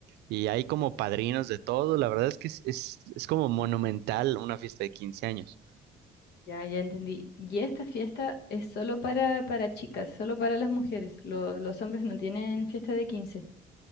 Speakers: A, on the right; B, on the left.
A: y hay como padrinos de todo. La verdad es que es, es, es como monumental una fiesta de 15 años.
B: Ya, ya entendí. Y esta fiesta es solo para, para chicas, solo para las mujeres. Los, los hombres no tienen fiesta de quince